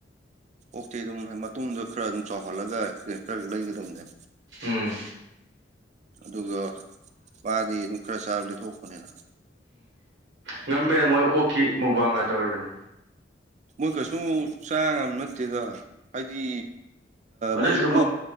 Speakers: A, on the right; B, on the right.
A: ꯑꯣꯛꯇꯦ ꯑꯗꯨꯝ ꯃꯇꯨꯡꯗꯣ ꯈꯔ ꯑꯗꯨꯝ ꯆꯥꯎꯈꯠꯂꯒ ꯈꯔ ꯂꯩꯒꯗꯕꯅꯦ
B: ꯎꯝ
A: ꯑꯗꯨꯒ ꯃꯥꯗꯤ ꯑꯗꯨꯝ ꯈꯔ ꯆꯥꯕꯗꯤꯊꯣꯛꯄꯅꯤꯅ
B: ꯉꯝꯃꯦꯅ ꯃꯣꯏ ꯑꯣꯛꯈꯤ ꯃꯧꯕꯥꯡꯒ ꯇꯧꯔꯤ ꯑꯗꯨꯝ
A: ꯃꯣꯏ ꯀꯩꯁꯨ ꯆꯥ ꯅꯠꯇꯦꯗ ꯍꯥꯏꯗꯤ
B: ꯑꯗꯁꯨ
A: ꯃꯣꯏꯁꯨ ꯑꯣꯛ